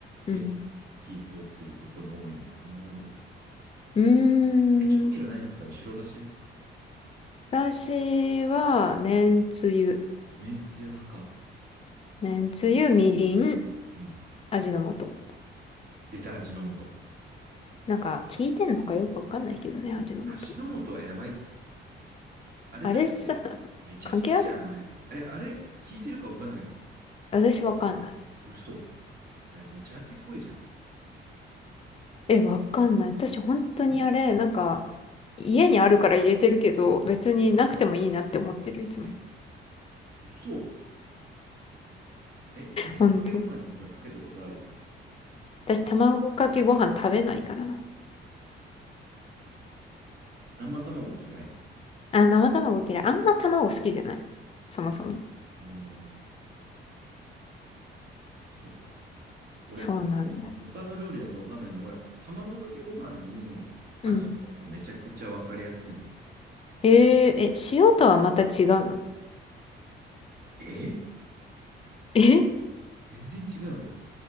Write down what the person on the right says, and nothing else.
結構火通ってることが多いんだよな、俺も。
え、調味料何使う白だし
めんつゆ派か。
うん。
出た、味の素。
味の素はやばいって。あれだって、
めっちゃ効くじゃん、
あれ。え、あれ、効いてるかわかんないの
嘘。あれ、めちゃ味濃いじゃん。
ん
え、嘘。え、卵かけご飯にさ、
かけたことある
生卵嫌い
うーん。そっか。俺、
あの、他の料理だとわかんないの。俺、卵かけご飯に味の素めちゃくちゃわかりやすいの。
え
全然違うよ。